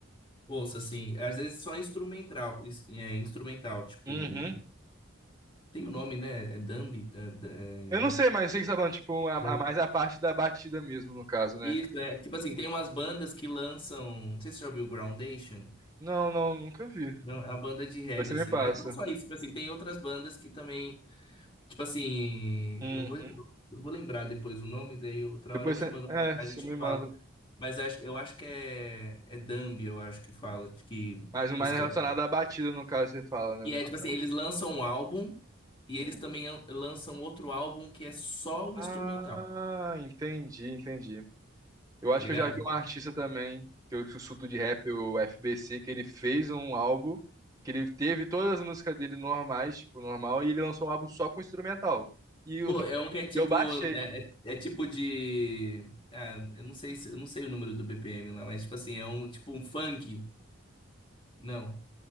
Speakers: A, on the left (about 25°); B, on the right (about 15°).
A: ouça, assim, às vezes só instrumental, is- é, instrumental, tipo,
B: Uhum.
A: tem o nome, né? É Dambi? da- da- é-
B: Eu não sei, mas eu sei que você tá falando, tipo, a, a-
A: Dambi.
B: mais a parte da batida mesmo, no caso, né?
A: Isso, é. Tipo assim, tem umas bandas que lançam, não sei se você já ouviu Groundation.
B: Não, não, nunca vi.
A: Não, é a banda de reggae,
B: Depois você me
A: assim.
B: passa.
A: Mas não só isso, tipo assim, tem outras bandas que também. Tipo assim,
B: Uhum.
A: eu vou, eu vou lembrar depois o nome, daí outra
B: Depois
A: hora eu te
B: você.
A: mando
B: É,
A: uma mensagem
B: você
A: e te
B: me manda.
A: falo. Mas acho, eu acho que é, é Dambi, eu acho que fala, que,
B: Mas o
A: que
B: mais
A: escreve.
B: relacionado à batida, no caso, você fala, né?
A: E
B: No
A: é
B: geral.
A: tipo assim, eles lançam um álbum e
B: Uhum.
A: eles também an- lançam outro álbum que é só o
B: Ah,
A: instrumental,
B: entendi, entendi. Eu
A: tá
B: acho
A: ligado?
B: que eu já vi um artista também, que eu sussurro de rap, o FBC, que ele fez um álbum, que ele teve todas as músicas dele normais, tipo, normal, e ele lançou um álbum só com instrumental. E eu,
A: Pô,
B: <laughs>
A: é um que é tipo.
B: e eu baixei.
A: É, é, é tipo de. Ah, eu não sei se, eu não sei o número do BPM lá, mas tipo assim, é um tipo um funk. Não.